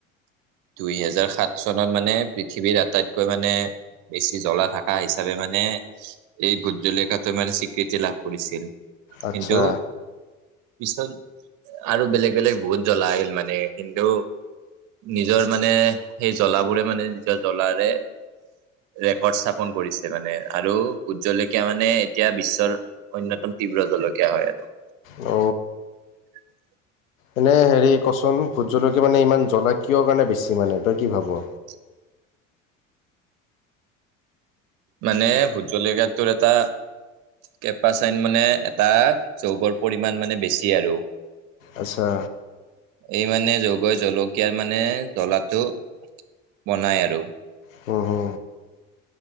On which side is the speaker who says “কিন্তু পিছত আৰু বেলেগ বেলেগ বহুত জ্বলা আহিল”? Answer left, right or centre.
Right